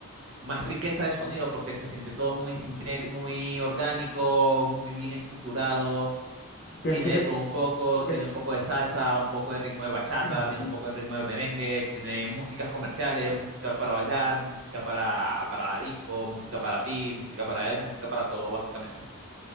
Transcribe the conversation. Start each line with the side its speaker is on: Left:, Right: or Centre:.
Right: más riqueza de sonido porque se siente todo muy, sinte- muy orgánico, muy bien estructurado.
Left: Tien-
Right: Tiene
Left: Tiene,
Right: de todo un poco,
Left: tiene-
Right: tiene un poco de salsa, un poco de ritmo de bachata,
Left: Ujú.
Right: tiene un poco del ritmo de merengue, tiene músicas comerciales, música para bailar, música para, para la disco, música para ti, música para él, música para todo, básicamente.